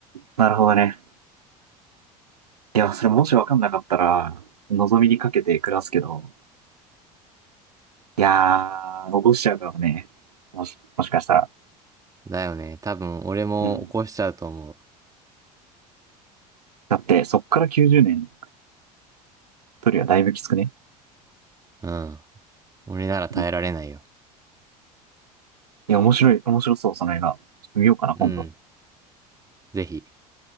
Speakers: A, on the right; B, on the right.
A: なるほどね。いや、それもしわかんなかったら、望みにかけて暮らすけど、いやー、残しちゃうかもね。もし、もしかしたら。
B: だよね。多分俺も起こしちゃうと思う。
A: うん。だって、そっから90年、一人はだいぶきつくね。
B: うん。俺なら耐えられないよ。
A: うん。いや、面白い、面白そう、その映画。ちょっと見ようかな、
B: うん。
A: 今度。
B: ぜひ。